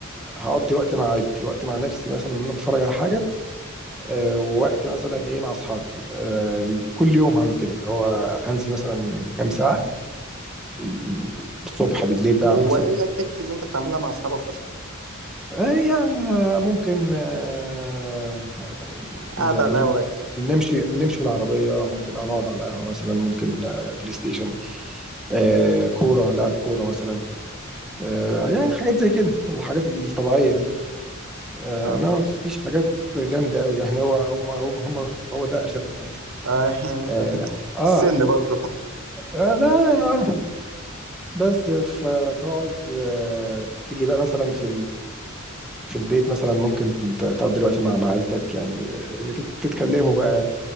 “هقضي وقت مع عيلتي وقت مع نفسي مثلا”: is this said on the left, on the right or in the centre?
Centre